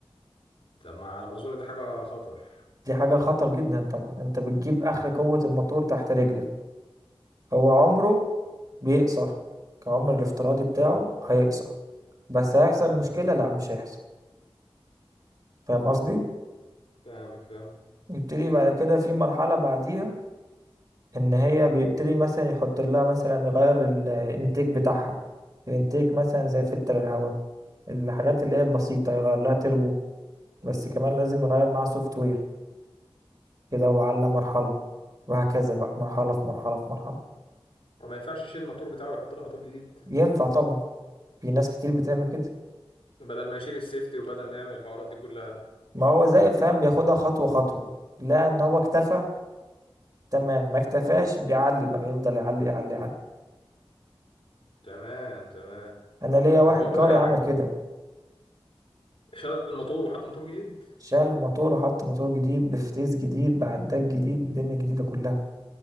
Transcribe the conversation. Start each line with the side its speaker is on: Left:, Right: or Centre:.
Left: طب ما على ما اظن دي حاجه خطر
Right: دي حاجة خطر جدا طبعا انت بتجيب اخر قوة الموتور تحت رجلك هو عمره بيقصر كعمر الافتراضي بتاعه هيقصر بس هيحصل
Left: تمام.
Right: مشكلة لا مش هيحصل فاهم قصدي
Left: فاهمك فاهم
Right: يبتدي بعد كده في مرحلة بعديها ان هي بيبتدي مثلا يحط لها مثلا يغير الانتيك بتاعها الانتيك مثلا زي فلتر الهواء الحاجات اللي هي البسيطة يغير لها تربو بس كمان لازم يغير معاها سوفت وير كده وعلى مرحلة وهكذا بقى مرحلة في مرحلة في مرحلة
Left: هو ما ينفعش يشيل الماتور بتاعه ويحط لها ماتور جديد
Right: ينفع طبعا في ناس كتير بتعمل كده
Left: بدل ما يشيل السيفتي وبدل ما يعمل الحوارات دي كلها
Right: ما هو زي فاهم بياخدها خطوة خطوة لا ان هو اكتفى تمام ما اكتفاش بيعلي بقى يفضل يعلي يعلي يعلي
Left: تمام تمام
Right: انا ليا واحد
Left: طب بقول
Right: جاري
Left: لك على
Right: عمل
Left: حاجه
Right: كده
Left: شال الماتور وحط موتور جديد
Right: شال الموتور وحط موتور جديد بفتيس جديد بعداد جديد بدنيا جديدة كلها